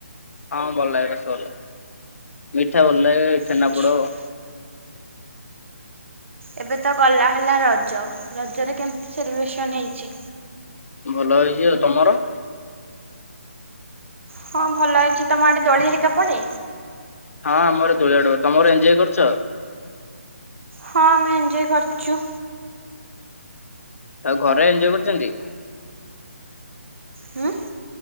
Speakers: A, on the left; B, on the right.
A: ହଁ ଭଲ ଲାଗେ ରସଗୋଲ ମିଠା ଭଲ ଲାଗେ ଛେନାପୋଡ।
B: ଆଚ୍ଛା ଏବେ ତ ଗଲା ହେଲା ରଜ ରଜରେ କେମିତି ସେଲିବ୍ରେସନ ହେଇଛି?
A: ଭଲ ହେଇଛି ଆଉ ତମର।
B: ହଁ ଭଲ ହେଇଚି ତମ ଆଡେ ଦୋଳି ହେରିକା ପଡ଼େ?
A: ହଁ ଆମର ଦୋଳି ଆଡ ହୁଏ ତମର ଏଞ୍ଜୋୟ କରୁଚ।
B: ହଁ ଆମେ ଏଞ୍ଜୋୟ କରିଚୁ।
A: ଆଉ ଘରେ ଏଞ୍ଜୋୟ କରିଚନ୍ତି।
B: ହୁଁ।